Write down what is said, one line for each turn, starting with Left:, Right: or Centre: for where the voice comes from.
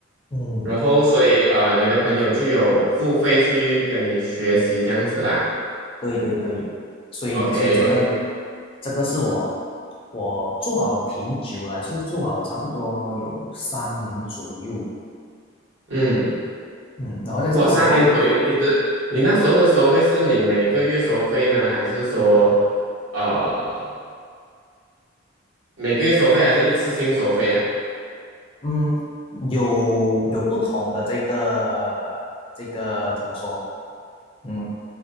Left: 嗯
Right: 然后所以呃，你的朋友就有付费去跟你学习这样子啦。
Left: 对对对，所以所以这个
Right: OK OK，
Left: 这个是我我做好挺久了，就是做好差不多有三年左右，
Right: 嗯。
Left: 嗯，然后在这个时候，
Right: 哇，三年左右，其实你那时候的收费是你每个月收费呢，还是说，呃，每个月收费还是一次性收费呀、
Left: 嗯，有有不同的这个这个怎么说，嗯，